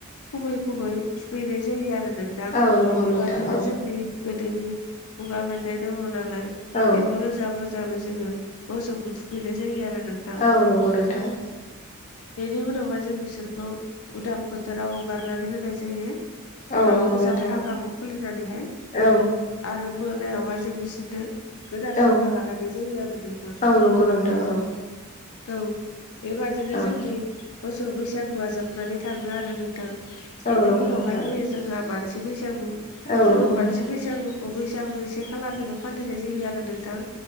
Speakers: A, on the left; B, on the left.
A: खुबै खुबै थुखैनाय जायो आरो नों थां
B: औ नंगौ
A: बेबादिनो
B: नोंथां औ
A: जोंनि गोदोनि खुगा मेथाइ दङ नालाय
B: औ
A: बेखौ रोजाब रो जाबै जोङो मोसौखौ थुखैनाय जायो आरो नोंथां।
B: औ नंगौ नोंथां।
A: बेनि उनावहाय जों बिसोरखौ उदां बोथोराव हगारनानै होनाय जायो
B: औ
A: फाग
B: नंगौ
A: गोजाम
B: नोंथां
A: फागाखौ खुलिनानैहाय
B: औ
A: आरो मोनायावहाय जों बिसोरनो गोदान
B: औ
A: फागा लागायनाय जायो आरो नोंथां
B: औ नंगौ नोंथां औ
A: औ। बेबादिनो जोंनि
B: औ
A: मोसौ बैसागुआ जोबनानै थाङो आरो नोंथां
B: औ
A: बेनि
B: नंगौ
A: उनावहाय
B: नोंथां
A: फैयो जोंहा मानसि बैसागु
B: औ
A: जोङो
B: नंगौ
A: मानसि
B: नोंथां
A: बैसागु खौ बैसागुनि से खालारनिबो फालिनाय जायो आरो नोंथां